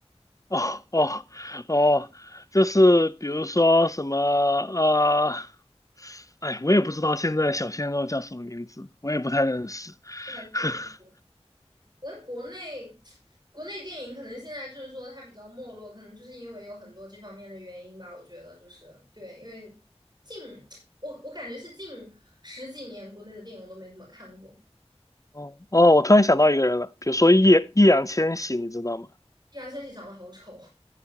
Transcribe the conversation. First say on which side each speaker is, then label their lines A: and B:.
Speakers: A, on the left; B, on the right.
A: 哦哦哦，就是比如说什么呃，哎，我也不知道现在小鲜肉叫什么名字，我也不太认识。
B: 不太清楚。
A: <laughs>
B: 可能国内，国内电影可能现在就是说它比较没落，可能就是因为有很多这方面的原因吧。我觉得就是对，因为近 <tsk> 我我感觉是近十几年国内的电影我都没怎么看过。
A: 哦哦，我突然想到一个人了，比如说易易烊千玺，你知道吗？
B: 易烊千玺长得好丑，